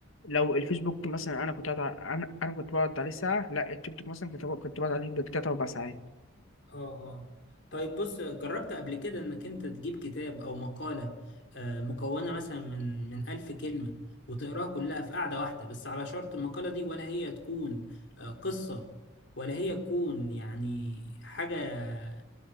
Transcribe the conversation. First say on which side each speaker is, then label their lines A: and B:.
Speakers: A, on the left; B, on the left.
A: لو الفيسبوك مثلا انا كنت قاعد ع- انا انا كنت بقعد عليه ساعه لا التيك توك مثلا كنت بقعد- كنت بقعد عليه بالتلات اربع ساعات
B: اه اه طيب بص جربت قبل كده انك انت تجيب كتاب او مقالة آه، مكونة مثلا من من ألف كلمة وتقراها كلها في قعدة واحدة بس على شرط المقالة دي ولا هي تكون آه، قصة ولا هي تكون يعني حاجة